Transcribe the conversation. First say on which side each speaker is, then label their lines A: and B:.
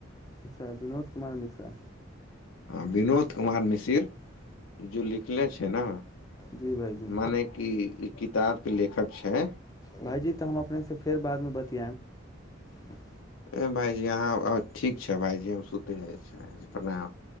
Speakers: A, on the left (about 20°); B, on the left (about 75°).
A: अच्छा विनोद कुमार मिश्रा
B: हँ विनोद कुमार मिशिर जो लिखले छै ने
A: जी भाइजी
B: मने कि ई किताब के लेखक छै
A: भाइजी तऽ हम अपने से फेर बाद मे बत <unintelligible>
B: ए भाइजी अहाँ अ-ठीक छै भाइजी हम सुते जाइ छी भाइजी प्रणाम